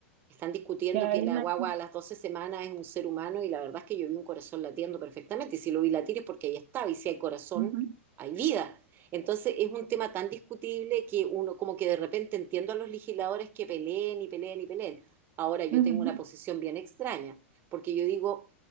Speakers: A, on the right; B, on the right.
A: están discutiendo
B: ya
A: que
B: hay
A: la
B: una.
A: guagua a las 12 semanas es un ser humano y la verdad es que yo vi un corazón latiendo perfectamente y si lo vi latir es porque ahí estaba y si hay corazón,
B: Ujú,
A: hay vida. Entonces es un tema tan discutible que uno como que de repente entiendo a los legisladores que peleen y peleen y peleen. Ahora yo
B: ujú,
A: tengo una posición bien extraña, porque yo digo,